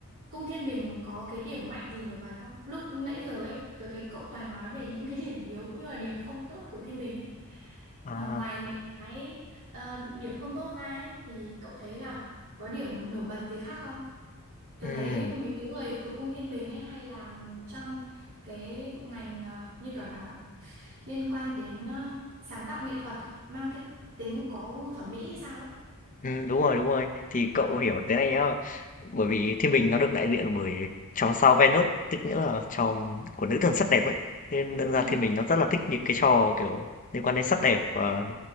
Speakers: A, on the right (about 60°); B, on the left (about 35°).
A: cung Thiên Bình có cái điểm mạnh gì nổi bật không? Lúc nãy giờ ấy tớ thấy cậu toàn nói về những cái điểm yếu cũng như là điểm không tốt của Thiên Bình ấy.
B: à
A: Ờ, ngoài mấy cái ờ, điểm không tốt ra ấy thì cậu thấy là có điểm nổi bật gì khác không? Tôi
B: ừ.
A: thấy mấy cái người thuộc cung Thiên Bình ấy hay làm trong cái ngành ờ, như kiểu là liên quan đến ờ, sáng tạo nghệ thuật à? Mang cái tính có gu thẩm mỹ hay sao ấy.
B: Ừm, đúng rồi, đúng rồi. Thì cậu hiểu thế này nhá, bởi vì thiên bình nó được đại diện bởi chòm sao Venus, tức nghĩa là chòm của nữ thần sắc đẹp ấy. Thế nên đâm ra
A: ừ
B: thiên bình nó rất là thích những cái trò, kiểu, liên quan đến sắc đẹp và